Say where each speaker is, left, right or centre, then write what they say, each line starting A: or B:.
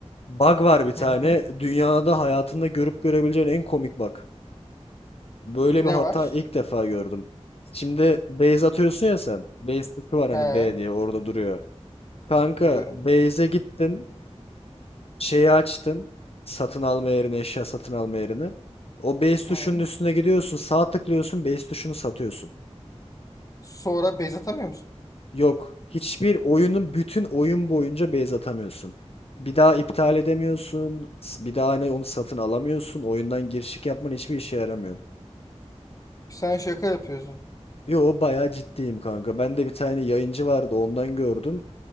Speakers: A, on the left; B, on the left.
A: bug var bir tane.
B: Hı hı.
A: Dünyada hayatında görüp görebileceğin en komik bug. Böyle
B: Ne
A: bir hata
B: var?
A: ilk defa gördüm. Şimdi base atıyorsun ya sen. Base tıkı var hani
B: He,
A: B diye orada duruyor. Kanka
B: biliyorum.
A: base'e gittin. şeyi açtın. Satın alma yerini, eşya satın alma yerini. O base tuşunun
B: Hı.
A: üstüne gidiyorsun, sağ tıklıyorsun, base tuşunu satıyorsun.
B: Sonra bez atamıyor musun?
A: Yok, hiçbir oyunun bütün oyun boyunca base atamıyorsun. Bir daha iptal edemiyorsun, s- bir daha hani onu satın alamıyorsun, oyundan girişik yapman hiçbir işe yaramıyor.
B: Sen şaka yapıyorsun.
A: Yo bayağı ciddiyim kanka. Ben de bir tane yayıncı vardı ondan gördüm.